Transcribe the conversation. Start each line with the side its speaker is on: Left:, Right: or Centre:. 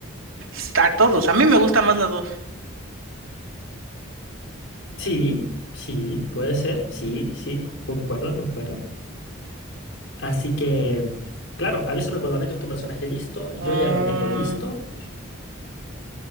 Right: Está a todos. A mí me gusta más la dos.
Left: Sí, sí, puede ser, sí, sí, co- concuerdo, concuerdo. Así que, claro, avísame cuando tengas tu personaje listo, yo
Right: Mm,
Left: ya lo tengo listo.